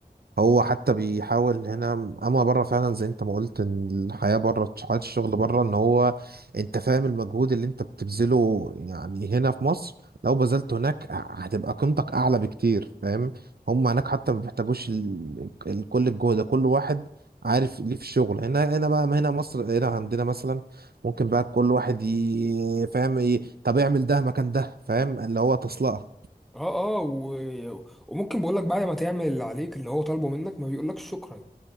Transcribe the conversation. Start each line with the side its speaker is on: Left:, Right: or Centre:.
Right: هو حتى بيحاول هنا اما بره فعلا زي انت ما قلت ان الحياه بره حياه الشغل بره ان هو انت فاهم المجهود اللي انت بتبذله يعني هنا في مصر لو بذلته هناك هتبقى قيمتك اعلى بكتير فاهم هم هناك حتى ما بيحتاجوش ال- ال- كل الجهد ده كل واحد عارف ليه في الشغل هنا هنا بقى ما هنا مصر هنا عندنا مثلا ممكن بقى كل واحد ي- فاهم ي- طب اعمل ده مكان ده فاهم اللي هو تصلقه
Centre: اه اه و... وممكن بقولك بعد ما تعمل اللي عليك اللي هو طالبه منك ما بيقولكش شكرا